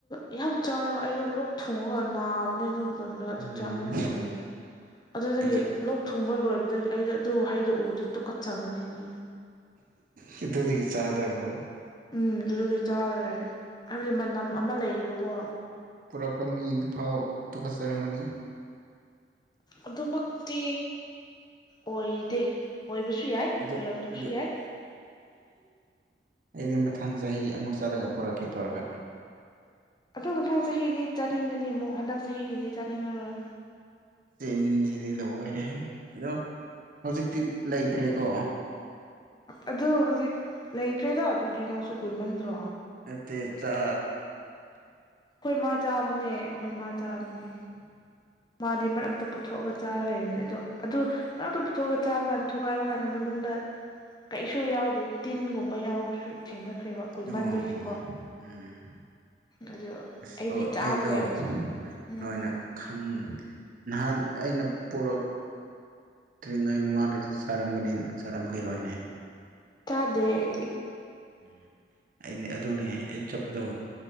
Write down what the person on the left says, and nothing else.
ꯑ ꯌꯥꯝ ꯆꯥꯔꯒ ꯑꯩꯗꯣ ꯂꯣꯛ ꯊꯨꯡꯉꯒ ꯅꯥꯕꯅꯦ ꯑꯗꯨ ꯃꯇꯝꯗ ꯑꯗꯨ
ꯆꯥꯃꯟꯈ꯭ꯔꯦ ꯑꯗꯨꯗꯒꯤ
ꯂꯣꯛ ꯊꯨꯡꯕ ꯂꯣꯏꯕꯗꯒꯤ ꯑꯩꯗꯣ ꯑꯗꯨ ꯍꯩꯗꯣ ꯎꯔꯗꯤ ꯇꯨꯀꯠꯆꯕꯅꯤꯅꯦ
ꯎꯝ ꯑꯗꯨꯗꯨꯒꯤ ꯆꯥꯗ꯭ꯔꯦ ꯍꯥꯏꯕꯗꯤ ꯃꯅꯝ ꯑꯃ ꯂꯩꯌꯦꯕꯀꯣ
ꯑꯗꯨꯃꯛꯇꯤ ꯑꯣꯏꯗꯦ ꯑꯣꯏꯕꯁꯨ ꯌꯥꯏ
ꯑꯣꯏꯔꯝꯗꯕꯁꯨ
ꯌꯥꯏ
ꯑꯊꯪ ꯃꯊꯪ ꯆꯍꯤꯗꯤ ꯆꯥꯅꯤꯡꯒꯅꯤ ꯑꯃꯨꯛ ꯍꯟꯗꯛ ꯆꯍꯤꯒꯤꯗꯤ ꯆꯥꯅꯤꯡꯉꯔꯣꯏ
ꯑꯗꯨ ꯍꯧꯖꯤꯛ ꯂꯩꯇ꯭ꯔꯦꯗ ꯑꯗꯨꯗꯤ ꯅꯪꯁꯨ ꯀꯨꯏꯃꯟꯗ꯭ꯔꯣ
ꯑꯩꯈꯣꯏ ꯃꯥ ꯆꯥꯕꯅꯦ ꯑꯩꯈꯣꯏ ꯃꯥ ꯆꯥꯝꯅꯦ ꯃꯥꯗꯤ ꯃꯔꯛꯇ ꯄꯨꯊꯣꯛꯑꯒ ꯆꯥꯔ ꯂꯩꯕꯅꯤ ꯑꯗꯣ ꯑꯗꯨ ꯃꯔꯛꯇ ꯄꯨꯊꯣꯛꯑꯒ ꯆꯥꯕ ꯀꯥꯟꯗ ꯊꯨꯒꯥꯏꯕ ꯀꯥꯟꯗ ꯃꯅꯨꯡꯗ ꯀꯩꯁꯨ ꯌꯥꯎꯗꯦ ꯇꯤꯟꯒꯨꯝꯕ ꯌꯥꯎꯕꯁꯨ ꯊꯦꯡꯅ ꯈ꯭ꯔꯦꯕ ꯀꯨꯏꯃꯟꯕꯒꯤꯁꯀꯣ
ꯑꯗꯨ
ꯑꯩꯗꯤ
ꯆꯥꯗ꯭ꯔꯦ
ꯎꯝ
ꯆꯥꯗꯦ ꯑꯩꯗꯤ